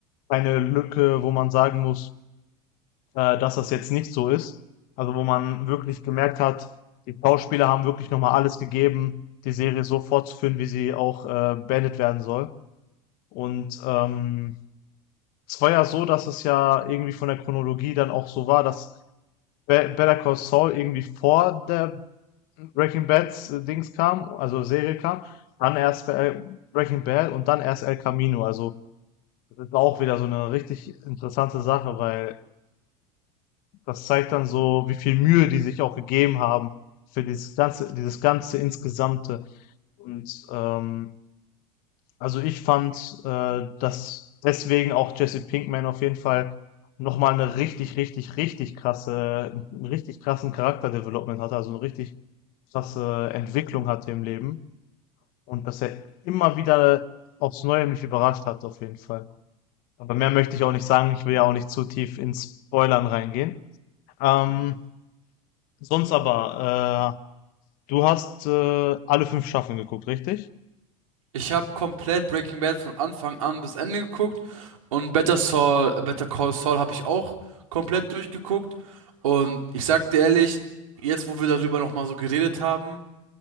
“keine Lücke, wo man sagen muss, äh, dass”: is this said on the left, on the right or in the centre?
Left